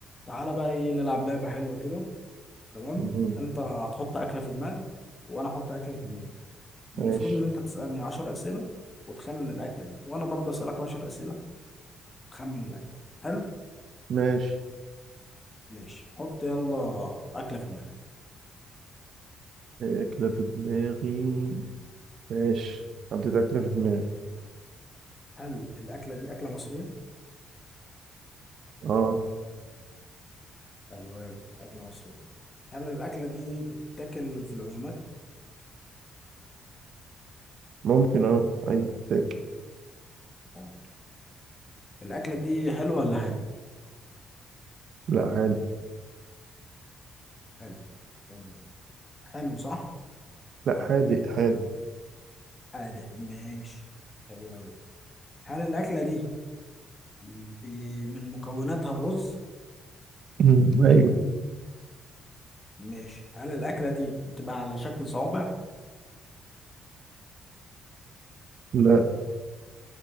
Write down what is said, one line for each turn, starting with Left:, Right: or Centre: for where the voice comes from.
Left: تعالى بقى ايه نلعب لعبة حلوة كده تمام
Right: مم.
Left: انت هتحط أكلة في دماغك وانا احط أكلة في دماغي المفروض
Right: ماشي
Left: ان انت تسألني 10 أسئلة وتخمن الأكلة دي وانا برضه أسألك 10 أسئلة تخمن الأكلة دي حلو
Right: ماشي
Left: ماشي حط يلا أكلة في دماغك
Right: هي أكلة في دماغي ماشي حطيت أكلة في دماغي
Left: هل الأكلة دي أكلة مصرية؟
Right: اه
Left: أيوه أيوة، أكلة مصرية هل الأكلة دي بتتاكل في العزومات؟
Right: ممكن اه أي تاكل
Left: ممكن الأكلة دي حلوة ولا حادق؟
Right: لا حادق
Left: حلو تمام. حلو صح؟
Right: لا حادق حادق
Left: حادق ماشي حلو أوي هل الأكلة دي بي- من مكوناتها الرز
Right: مم. أيوه
Left: ماشي هل الأكلة دي بتبقى على شكل صوابع؟
Right: لا